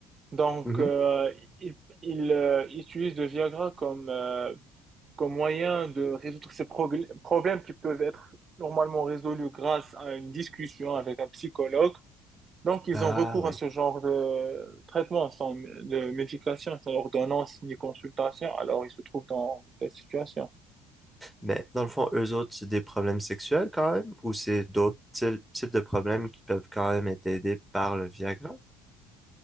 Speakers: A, on the right; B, in the centre.
A: Donc,
B: Mhm.
A: euh, ils, ils, euh, utilisent le Viagra comme, euh, comme moyen de résoudre ces progl- problèmes qui peuvent être normalement résolus grâce à une discussion avec un psychologue. Donc, ils
B: Ah
A: ont recours
B: oui.
A: à ce genre de traitement sans de médication, sans ordonnance ni consultation. Alors, ils se trouvent dans de telles situations.
B: Mais dans le fond, eux autres, c'est des problèmes sexuels quand même, ou c'est d'autres ty- types de problèmes qui peuvent quand même être aidés par le Viagra?